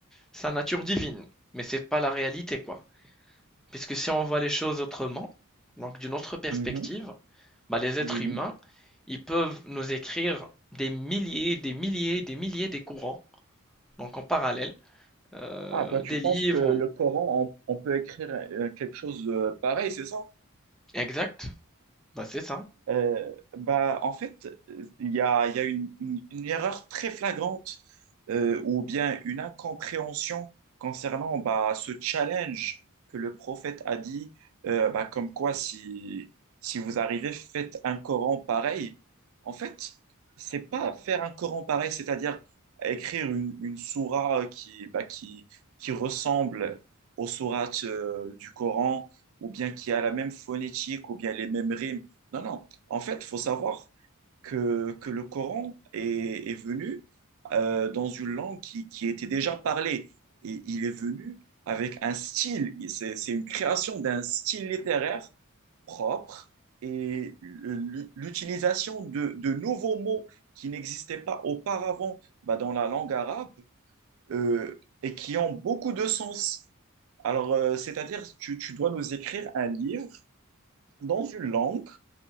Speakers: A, in the centre; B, on the right (about 65°).
A: sa nature divine. Mais c'est pas la réalité, quoi. Puisque si on voit les choses autrement, donc d'une autre perspective,
B: Mhm,
A: bah, les
B: oui.
A: êtres humains, ils peuvent nous écrire des milliers, des milliers, des milliers des courants, donc en parallèle, euh,
B: Ah, toi, tu
A: des
B: penses
A: livres.
B: que le Coran, on, on peut écrire euh, quelque chose de pareil, c'est ça?
A: Exact. Bah, c'est ça.
B: Euh, bah, en fait, euh, il y a, il y a une, une- une erreur très flagrante euh, ou bien une incompréhension concernant bah, ce challenge que le prophète a dit, euh, bah, comme quoi si, si vous arrivez, faites un Coran pareil. En fait, c'est pas faire un Coran pareil, c'est-à-dire écrire une, une sourate qui, bah, qui, qui ressemble aux sourates euh, du Coran ou bien qui a la même phonétique ou bien les mêmes rimes. Non, non. En fait, il faut savoir que, que le Coran est, est venu euh, dans une langue qui, qui était déjà parlée. Et il est venu avec un style, c'est c'est une création d'un style littéraire propre et l'utilisation de, de nouveaux mots qui n'existaient pas auparavant bah, dans la langue arabe euh, et qui ont beaucoup de sens. Alors, euh, c'est-à-dire, tu, tu dois nous écrire un livre dans une langue